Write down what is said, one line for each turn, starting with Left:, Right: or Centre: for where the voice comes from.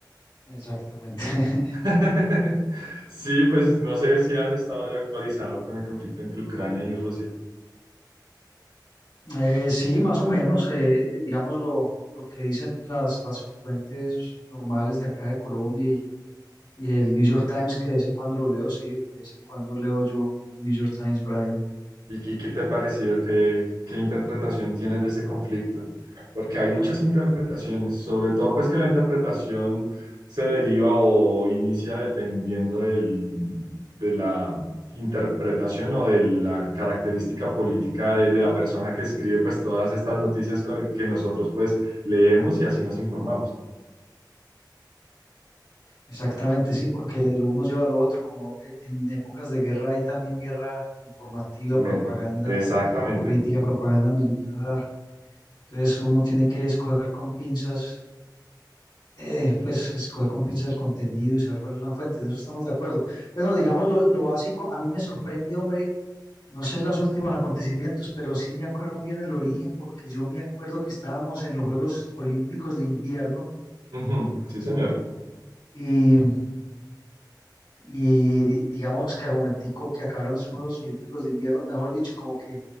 Left: Exactamente. <laughs>
Right: <laughs> Sí, pues no sé si has estado ya actualizado con el conflicto entre Ucrania y Rusia.
Left: Eh, sí, más o menos, eh, digamos lo, lo que dicen las, las fuentes normales de acá de Colombia y, y el New York Times, que de vez en cuando lo leo, sí, de vez en cuando leo yo el New York Times, Brian.
Right: ¿Y qué, qué te ha parecido? ¿Qué, qué interpretación tienes de ese conflicto? Porque hay muchas interpretaciones, sobre todo pues que la interpretación se deriva o inicia dependiendo del- de la interpretación o de la característica política de, de la persona que escribe pues todas estas noticias co- que nosotros pues leemos y así nos informamos.
Left: Exactamente, sí, porque lo uno lleva a lo otro, como e- en épocas de guerra hay también guerra informativa,
Right: Me-
Left: propaganda
Right: exactamente.
Left: política, propaganda militar. Entonces uno tiene que escoger con pinzas, eh, pues escoger con pinzas el contenido y saber cuál es la fuente. En eso estamos de acuerdo. Bueno, digamos lo, lo básico, a mí me sorprende, hombre, no sé los últimos acontecimientos, pero sí me acuerdo muy bien el origen, porque yo me acuerdo que estábamos en los Juegos Olímpicos de invierno.
Right: Ujú, Sí, señor.
Left: y Y digamos que al momentico que acabaron esos Juegos Olímpicos de invierno, mejor dicho, como que,